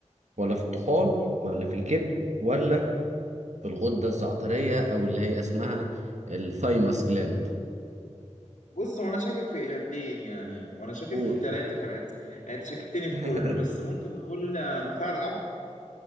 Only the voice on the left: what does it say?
بص وانا شاكك في اجابتين يعني وانا شاكك
في ثلاثه كمان يعني انت شككتني
في كله بس ممكن نقول آه، نخاع العظم